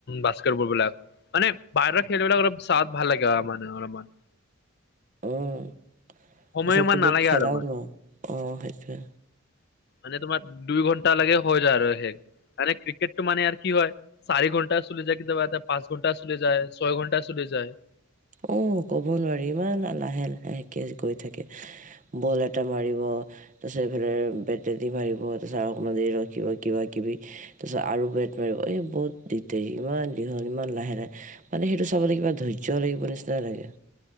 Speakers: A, on the left (about 50°); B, on the right (about 35°).
A: বাস্কেটবল বিলাক। মানে বাহিৰৰ খেল বিলাক অলপ সাদ ভাল লাগে মানে অলমান।
B: উম তাৰপিছত
A: সময় ইমান
B: তুমি
A: নালাগে
B: খেলাও
A: আৰু ইমান
B: ন অ', সেইটোয়ে।
A: মানে তোমাৰ দুই ঘণ্টা লাগে হৈ যায় আৰু সেই মানে ক্ৰিকেটটো মানে আৰু কি হয় চাৰি ঘণ্টা চলি যায় কেতিয়াবা এটা পাঁচ ঘণ্টা চলি যায় ছয় ঘণ্টা চলি যায়
B: উ কব নোৱাৰি ইমান লাহে লাহেকে গৈ থাকে। বল এটা মাৰিব। তাৰপিছত এইফালে বেটদি মাৰিব তাৰপিছত অ', মাজে ৰখিব কিবা কিবি তাৰপিছত আৰু বেট মাৰিব এই বহুত দিদাৰি ইমান দীঘল ইমান লাহে, লাহে মানে সেইটো চাবলৈ কিবা ধৈৰ্যও লাগিব নিচিনা লাগে